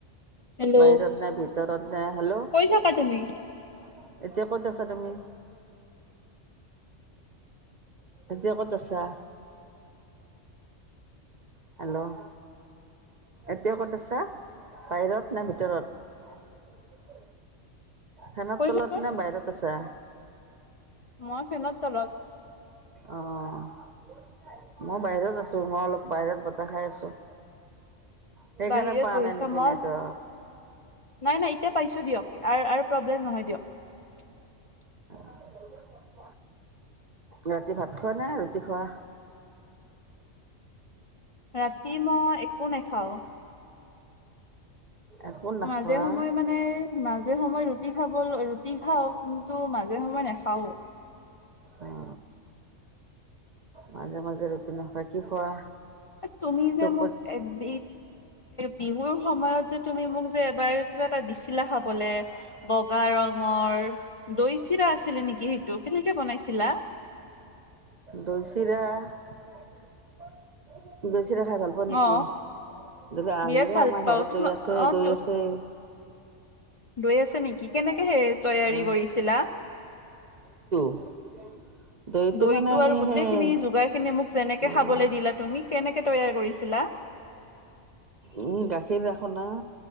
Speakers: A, on the left; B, on the right.
A: হেল্ল'
B: বাহিৰত নে ভিতৰত নে, হেল্ল'। এতিয়া
A: কৈ থাকা তুমি
B: ক'ত আছা তুমি? এতিয়া কত আছা? হেল্ল'। এতিয়া ক'ত আছা বাহিৰত নে ভিতৰত? ফেনৰ
A: কৈ
B: তলত
A: থাকোন
B: নে বাহিৰত আছা?
A: মই ফেনৰ তলত
B: অহ। মই বাহিৰত আছোঁ মই অলপ বাহিৰত বতাহ খাই আছোঁ। সেইকাৰণে
A: বাহিৰত
B: পোৱা
A: বহিছা
B: নাই নেকি
A: মই
B: নেটৱৰ্ক
A: নাই নাই এতিয়া পাইছো দিয়ক। আৰু প্ৰব্লেম নহয় দিয়ক।
B: <unintelligible> ৰাতি ভাত খোৱা নাই ৰুটি খোৱা?
A: ৰাতি মই একো নেখাও।
B: একো নাখোৱা
A: মাজে সময়ে মানে মাজে সময়ে ৰুটি খাব ৰুটি খাওঁ, কিন্তু মাজে সময়ে নেখাও।
B: অ মাজে মাজে ৰুটি নোখোৱা। কি খোৱা?
A: তুমি
B: টোপত
A: যে মোক এ বি বিহুৰ সময়ত যে তুমি মোক যে এবাৰ কিবা এটা দিছিলা খাবলে বগা ৰঙৰ দৈ ছিৰা? আছিলে নেকি সেইটো কেনেকে বনাইছিলা?
B: দৈ চিৰা <unintelligible> চিৰা খাই ভাল পাওঁ
A: অ
B: নেকি? তেনে আহিবা
A: বিৰাট ভাল
B: আমাৰ
A: পাও
B: ঘৰত
A: তোমা
B: দৈ আছে দৈ
A: অ
B: আছে।
A: দৈ আছে নেকি? কেনেকে সে তৈয়াৰী
B: অ',
A: কৰিছিলা?
B: <inaudible>
A: দৈতটো
B: মানে আমি
A: আৰু গোটেইখিনি
B: সেই
A: যোগাৰ খিনি মোক যেনেকে
B: অ',
A: খাবলৈ দিলা তুমি কেনেকে তৈয়াৰ কৰিছিলা?
B: উম গাখীৰ ৰাখো না